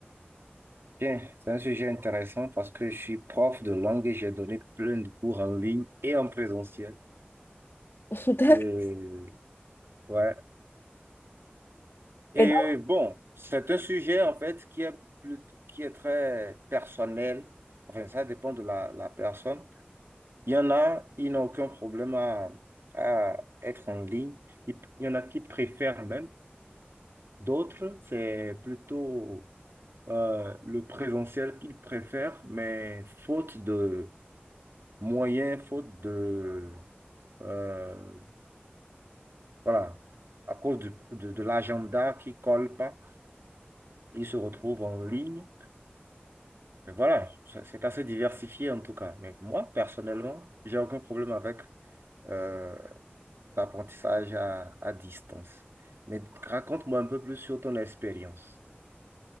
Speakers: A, on the right (about 80°); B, on the left (about 70°).
A: Bien, c'est un sujet intéressant parce que je suis prof de langue et j'ai donné plein de cours en ligne et en présentiel.
B: <laughs> D'accord.
A: Et, ouais. Et
B: Et donc,
A: bon, c'est un sujet en fait qui est, plus, qui est très personnel. Enfin, ça dépend de la, la personne. Il y en a, ils n'ont aucun problème à, à être en ligne. Il il y en a qui préfèrent même. D'autres, c'est plutôt euh, le présentiel qu'ils préfèrent, mais faute de moyen, faute de... euh, voilà, à cause du- de, de l'agenda qui colle pas, ils se retrouvent en ligne. Mais voilà, ça- c'est assez diversifié en tout cas. Mais moi, personnellement, j'ai aucun problème avec euh, l'apprentissage à, à distance. Mais raconte-moi un peu plus sur ton expérience.